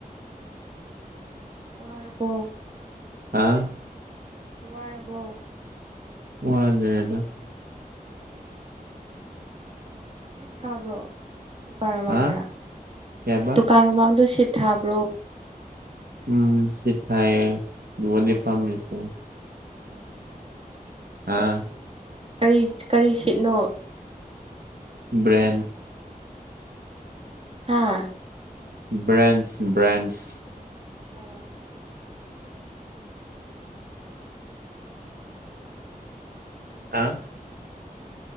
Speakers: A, on the right; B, on the right.
A: ꯋꯥꯔꯕꯣ
B: ꯑꯥ
A: ꯋꯥꯔꯕꯣ
B: ꯋꯥꯗꯦꯗ
A: ꯎꯝ ꯁꯤꯠ ꯊꯥꯕ꯭ꯔꯣ ꯗꯨꯀꯥꯟ ꯃꯃꯥꯡꯗ
B: ꯍꯥ ꯀꯩꯕ
A: ꯗꯨꯀꯥꯟ ꯃꯃꯥꯡꯗꯣ ꯁꯤꯠ ꯊꯥꯕ꯭ꯔꯣ
B: ꯎꯝ ꯁꯤꯠ ꯊꯥꯏꯌꯦ <unintelligible> ꯐꯝꯃꯤꯁꯦ
A: ꯎꯝ
B: ꯑꯥ
A: ꯀꯔꯤ ꯀꯔꯤ ꯁꯤꯠꯅꯣ
B: ꯕ꯭ꯔꯦꯟ
A: ꯍꯥ
B: ꯕ꯭ꯔꯦꯟꯁ ꯕ꯭ꯔꯦꯟꯁ
A: ꯑꯣ
B: ꯑꯥ